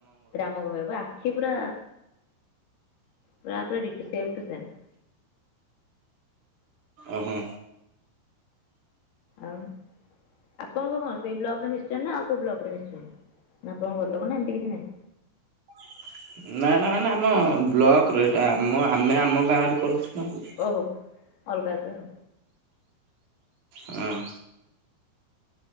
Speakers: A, on the left; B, on the right.
A: ରାମ ଭଳିଆ ପା, ଆଖି ପୁରା ପୁରା ପୁରା ଦିଟୋ ପୁରା ସେମ୍ ଟୁ ସେମ୍।
B: ଓହୋ।
A: ଆଉ, ଆପଣଙ୍କ କଣସେଇ ବ୍ଲକ ରେ ମିଶଛନ୍ତି, ନା ଆଉ କୋଉ ବ୍ଲକ ରେ ମିଶଛନ୍ତି? ନା ଆପଣ ଘର ଲୋକ, ନା ଏମିତି କିଛି ନାହିଁ?
B: <inaudible> ନା ନା ମାନେ ଆମ ବ୍ଲକର ଏଇଟା ଆମ ଆମେ ଆମ ଗାଁରେ କରୁଛୁ ନାଉ।
A: ଓହୋ। ଅଲଗା, ଅଲଗା ଆଉ।
B: ହୁଁ।